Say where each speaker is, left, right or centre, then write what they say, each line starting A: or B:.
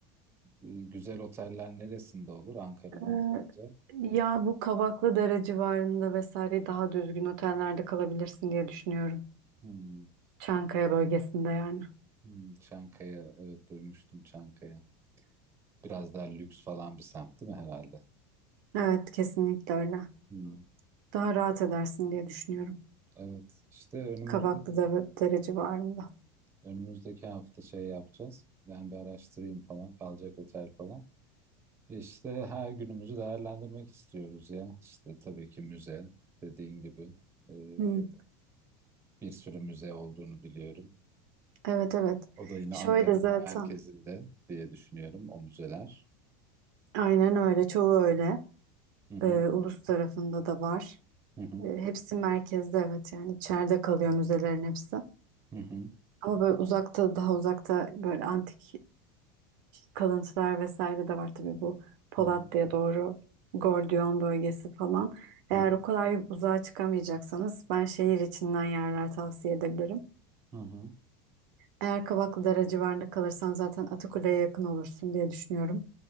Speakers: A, on the right; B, on the right.
A: E, Güzel oteller neresinde olur Ankara'nın
B: Ee,
A: sence?
B: Ya bu Kavaklıdere civarında vesaire daha düzgün otellerde kalabilirsin diye düşünüyorum.
A: Hmm,
B: Çankaya bölgesinde yani.
A: hmm. Çankaya, evet duymuştum Çankaya. Biraz daha lüks falan bir semt değil mi herhalde?
B: Evet kesinlikle öyle.
A: Hmm.
B: Daha rahat edersin diye düşünüyorum.
A: Evet, işte önümüzde
B: Kavaklıdere civarında.
A: önümüzdeki hafta şey yapacağız. Ben bir araştırayım falan, kalacak otel falan. İşte her günümüzü değerlendirmek istiyoruz ya. İşte tabii ki müze, dediğin gibi. Ee,
B: Hı,
A: bir sürü müze olduğunu biliyorum.
B: evet evet.
A: O da yine
B: Şöyle
A: Ankara
B: zaten.
A: merkezinde diye düşünüyorum o müzeler.
B: Aynen öyle. Çoğu öyle.
A: Hı hı,
B: Ee, Ulus tarafında da var.
A: hı hı,
B: Ee, hepsi merkezde evet yani içeride kalıyor müzelerin hepsi.
A: hı hı,
B: Ama böyle uzakta daha uzakta böyle antik kalıntılar vesaire de var tabii bu Polatlı'ya
A: hı hı,
B: doğru Gordiyon bölgesi falan. Eğer
A: hı hı,
B: o kadar uzağa çıkamayacaksanız ben şehir içinden yerler tavsiye edebilirim.
A: hı
B: Eğer Kavaklıdere civarında kalırsan zaten Atakule'ye yakın olursun diye düşünüyorum.